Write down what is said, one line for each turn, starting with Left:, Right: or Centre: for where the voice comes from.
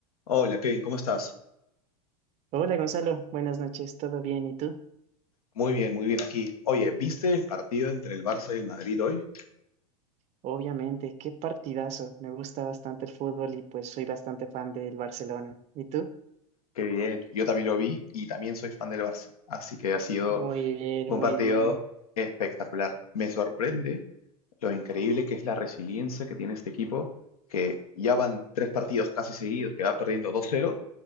Left: Hola Kevin, ¿cómo estás?
Right: Hola Gonzalo, buenas noches, ¿todo bien? ¿Y tú?
Left: Muy bien, muy bien aquí. Oye, ¿viste el partido entre el Barça y el Madrid hoy?
Right: Obviamente, qué partidazo. Me gusta bastante el fútbol y pues soy bastante fan del Barcelona. ¿Y tú?
Left: Qué bien, yo también lo vi y también soy fan del Barça, así que ha sido
Right: Muy bien,
Left: un
Right: muy
Left: partido
Right: bien.
Left: espectacular. Me sorprende lo increíble que es la resiliencia que tiene este equipo, que ya van tres partidos casi seguidos, que va perdiendo 2-0